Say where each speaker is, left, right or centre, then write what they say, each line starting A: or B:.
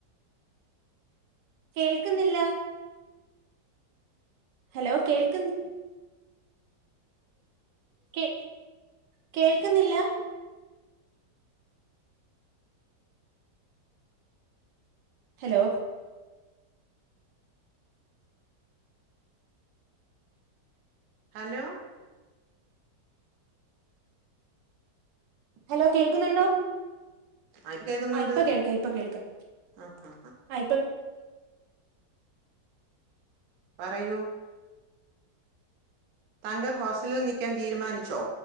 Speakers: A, on the right; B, on the right.
A: കേൾക്കുന്നില്ല ഹലോ കേൾക്ക്ന്ന് കേ കേൾക്കുന്നില്ല ഹലോ
B: ഹലോ
A: ഹലോ കേൾക്കുന്നുണ്ടോ
B: ആ ഇപ്പ കേക്കുന്നുണ്ട്.
A: ആ ഇപ്പം കേൾക്കാം ഇപ്പ കേൾക്കാം
B: ആ ആ
A: ആ ഇപ്പം
B: പറയൂ താങ്കൾ ഹോസ്റ്റലിൽ നിൽക്കാൻ തീരുമാനിച്ചോ